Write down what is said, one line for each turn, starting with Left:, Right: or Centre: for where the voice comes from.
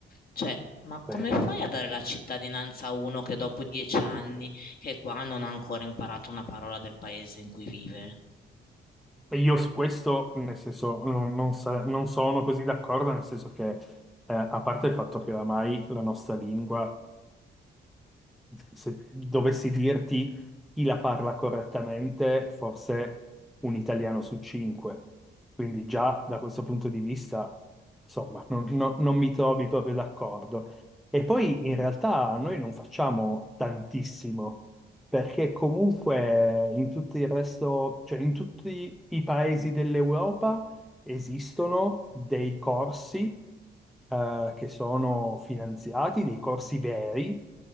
Left: Cioè, ma
Centre: beh,
Left: come
Centre: ma...
Left: fai a dare la cittadinanza a uno che dopo dieci anni che è qua non ha ancora imparato una parola del paese in cui vive?
Centre: E Io su questo, nel senso, non, non sa- non sono così d'accordo, nel senso che, eh, a parte il fatto che oramai la nostra lingua se dovessi dirti chi la parla correttamente, forse un italiano su cinque. Quindi già da questo punto di vista, insomma, non, non- non mi trovi proprio d'accordo. E poi in realtà noi non facciamo tantissimo, perché comunque in tutto il resto, cioè in tutti i paesi dell'Europa, esistono dei corsi eh, che sono finanziati, dei corsi veri